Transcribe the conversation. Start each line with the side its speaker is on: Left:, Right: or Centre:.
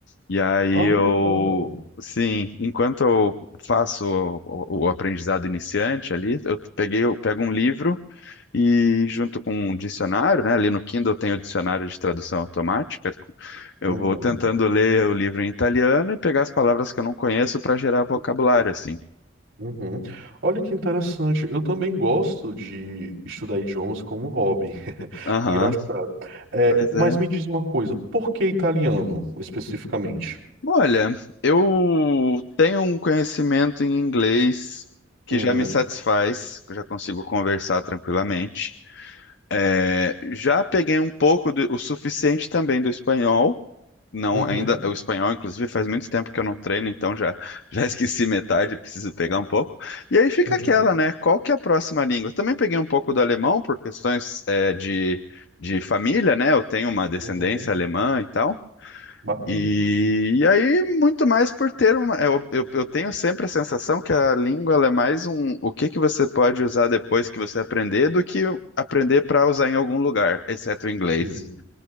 Left: E aí
Right: Ah,
Left: eu,
Right: bacana.
Left: sim, enquanto eu faço o, o aprendizado iniciante ali, eu peguei, eu pego um livro e junto com um dicionário, né? Ali no Kindle tem o dicionário de tradução automática. Eu
Right: Uhum,
Left: vou tentando ler o livro em italiano e pegar as palavras que eu não conheço para gerar vocabulário, assim.
Right: uhum. Olha que interessante. Eu também gosto de estudar idiomas como hobby. <laughs>
Left: Aham,
Right: Engraçado. É,
Left: pois
Right: mas
Left: é.
Right: me diz uma coisa, por que italiano especificamente?
Left: Olha, eu tenho um conhecimento em inglês que
Right: Uhum,
Left: já me satisfaz, que eu já consigo conversar tranquilamente. É, já peguei um pouco do, o suficiente também do espanhol. Não,
Right: uhum,
Left: ainda o espanhol, inclusive, faz muito tempo que eu não treino, então já <laughs> já esqueci metade, preciso pegar um pouco. E aí fica
Right: uhum,
Left: aquela, né? Qual que é a próxima língua? Também peguei um pouco do alemão por questões é, de de família, né? Eu tenho uma descendência
Right: uhum.
Left: alemã e tal.
Right: Bacana.
Left: E, e aí, muito mais por ter uma. Eu, eu, eu tenho sempre a sensação que a língua ela é mais um o que que você pode usar depois que você aprender do que aprender para usar em algum lugar, exceto o inglês.
Right: Sim.